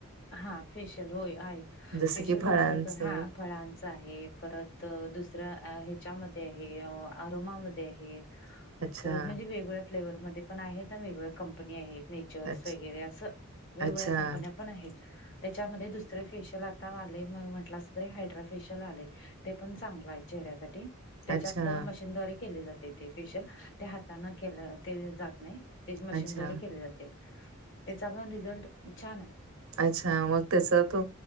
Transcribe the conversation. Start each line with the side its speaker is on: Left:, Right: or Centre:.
Left: हा फेशियल होय आहेत
Right: जसं
Left: फेशियल
Right: की फळांचं
Left: भरपूर हा फळां आहे परत दुसऱ्या ह्याच्यामध्ये आहे आरोमामध्ये आहे
Right: अच्छा
Left: परत म्हणजे वेगळ्या फ्लेवर मध्ये पण आहेत. आणि वेगळ्या कंपनी आहेत. नेचर्स
Right: अच्छ
Left: वगैरे असं वेगवेगळ्या
Right: अच्छा.
Left: कंपन्या पण आहेत त्याच्यामध्ये दुसरे फेशियल आता आले म म्हटलं अस तरी हायड्रा फेशियल आलय ते पण चांगलं आहे चेहऱ्यासाठी त्याच्यात
Right: अच्छा
Left: मशीनद््वारे केले जाते ते फेशियल त्या हाताने केलं ते जात नाही. ते मशीनद्वारे
Right: अच्छा
Left: केले जाते त्याचा पण रिझल्ट छान आहे
Right: अच्छा मग त्याच तो